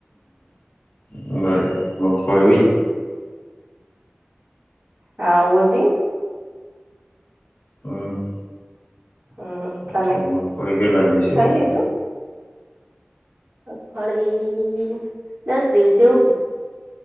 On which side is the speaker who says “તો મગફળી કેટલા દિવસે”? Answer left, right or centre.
Left